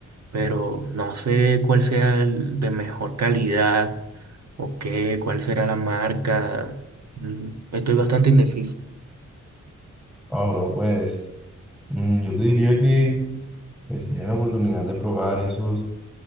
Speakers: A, on the right; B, in the centre.
A: pero no sé cuál sea el de mejor calidad o qué, cuál será la marca. Mm, Estoy bastante indeciso.
B: Ah, bro, pues mm, yo te diría que pues, si tienes la oportunidad de probar esos